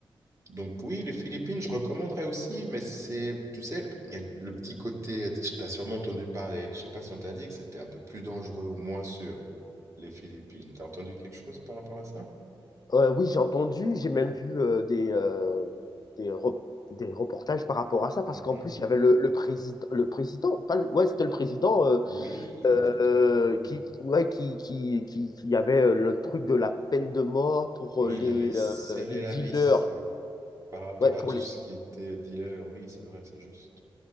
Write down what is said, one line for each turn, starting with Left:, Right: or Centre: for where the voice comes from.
Right: Donc oui, les Philippines, je recommanderais aussi, mais c'est, tu sais, il y a le petit côté, tu as sûrement entendu parler, je sais pas si on t'a dit que c'était un peu plus dangereux ou moins sûr, les Philippines. T'as entendu quelque chose par rapport à ça?
Left: Euh, oui, j'ai entendu, j'ai même vu euh, des, euh, des, re- des reportages par rapport à ça, parce
Right: Mhm.
Left: qu'en plus, il y avait le, le président, le président, pas le- ouais, c'était le président euh,
Right: Oui,
Left: euh,
Right: tout à fait. Oui,
Left: qui, ouais, qui, qui, qui, qui avait euh, le truc de la peine de mort pour
Right: Oui,
Left: euh, les,
Right: il avait serré
Left: euh, les
Right: la
Left: dealers.
Right: vis euh, par rapport
Left: Ouais,
Right: à
Left: pour
Right: tout
Left: les...
Right: ce qui était dealer. Oui, c'est vrai, c'est juste.